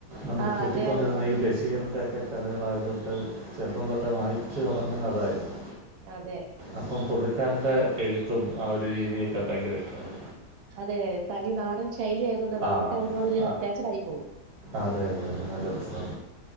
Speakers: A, on the right; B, on the right.
A: നമക്ക്
B: ആ
A: കിട്ടിക്കൊണ്ടിരുന്ന
B: അതെ അതെ അതെ
A: ഈ ബഷി ഷിറിന്റെൻ്റെക്കെ കഥകളായതുകൊണ്ട് ചെറുപ്പം തൊട്ടെ വായിച്ച് തുടങ്ങുന്നതായിരുന്നു
B: അതെ
A: അപ്പം പുള്ളിക്കാരന്റെ എഴുത്തും ആ ഒരു രീതിയൊക്കെ ഭയങ്കര ഇഷ്ടാണ്
B: അതെ തനി നാടൻ ശൈലി ആയതുകൊണ്ട് നമക്ക്
A: ആ
B: അതിനോട് ഒരു
A: ആ
B: അറ്റാച്ചിഡ് ആയി പോവും
A: അതെ അതെ അതെ നല്ല രസം